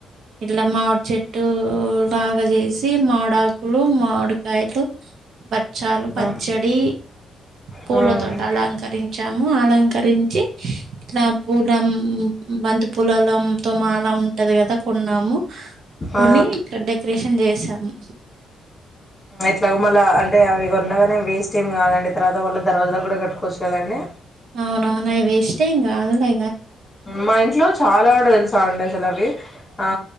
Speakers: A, on the right; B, on the left.
A: ఇట్లా మామిడి చెట్టు బగా చేసి మామీడి ఆకులు మాడికాయతో బత్ చాలు పచ్చడి
B: మ్మ్
A: పూలతోట
B: మ్మ్
A: అలంకరించాము అలంకరించి అ ఇట్లా పూల బంతి పూలల తో మాలా ఉంట పట్టది కదా కొన్నాము కొని
B: ఆ
A: ఇక్కడ డెకరేషన్ చేసాము
B: ఎట్లాగో మళ్ళా అంటే అవి కొన్నగానే వేస్ట్ ఏమి కాదండి తర్వాత మళ్ళ దర్వాజాల కూడా కట్కోవచ్చు కదండి
A: అవునా నాయి వేస్ట్ ఏం కాదు లే
B: మా ఇంట్లో చాలా కూడా తెలుసావ అండి అసలు అవి ఆ